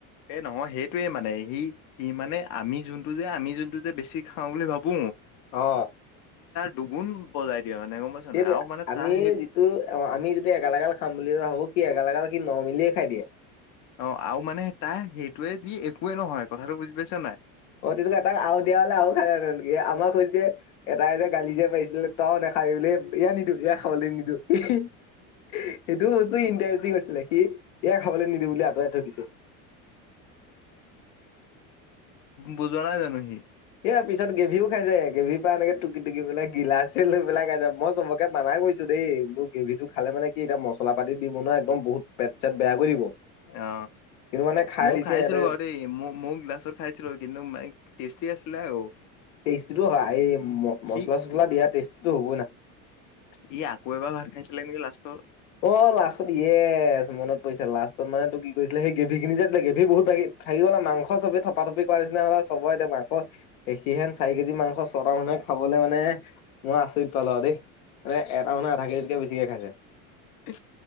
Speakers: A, on the left; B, on the left.
A: এই নহয় সেইটোৱে মানে সি ই মানে আমি যোনটো যে আমি যোনটো যে বেছি খাওঁ বুলি ভাবো
B: অ
A: দুুগুন বজাই দিয়ে মানে গম পাইছ নাই
B: সেইটোৱে
A: আৰু মানে
B: আমি
A: তাৰ সেই
B: যিটো আমি যিটো এগালগাল খাম বুলি ভাবো সি এগালগাল <unintelligible> নৰমেলিয়ে খাই দিয়ে
A: অ আৰু মানে তাই সেইটোৱে দি একোৱে নহয় কথাটো বুজি পাইছে নাই
B: অ তেতিয়া হলে আৰু দিয়া হলে আৰু খালে হেঁতেন আমাৰ শৈল যে এটাই যে গালি যে পাৰিছে যদি পাওঁ নেখাবি বুলি এয়া নিদু এয়া খাবলৈ নিদু সেইটো বস্তু ইণ্টাৰেষ্টিং কৈছিলে সি ইয়া খাবলৈ নিদু বুলি আঁতৰাই থৈ দিছে
A: বুজোৱা নাই জানো সি
B: এয়া পিছত গেভভিও খাইছে গেভীৰ পৰা এনেকে টুকি টুকি পেলাই গিলাচে লৈ পেলাই খাইছে মই চবকে মানাই <unintelligible> কৰিছো দেই বুলোঁ গ্ৰেভিটো খালে মানে কি এতিয়া মছল পাতি দি বনোৱা একদম বহুত পেট চেট বেয়া কৰি দিব <unintelligible>
A: অ
B: কিন্তু মানে খাই
A: মই
B: দিছে
A: খাইছিলো
B: ইহঁতে
A: বাৰু দেই মোৰ গিলাচত খাইছিলো কিন্তু মে টেষ্টি আছিলে আও
B: টেষ্টিটো এই মচলা
A: সি
B: চচলা দিয়া টেষ্টিটো হ'বই না
A: ই আকৌ এবাৰ ভাত খাইছিলে নেকি লাষ্ট
B: অ লাষ্টত ইয়েচ মনত পৰিছে লাষ্ট মানেটো কি কৰিছিলে সেই গ্ৰেভিখিনি যে আছিলে গ্ৰেভি বহুত থাকি গল মাংস চবেই থপা থপি কৰা নিছিনা হল আকৌ সিহেন চাৰি কেজি মাংস ছটা মানুহে খাবলৈ মানে মই আচৰিত পালো দেই এ এটা মানে আধা কেজিতকে বেছিকে খাইছে
A: এ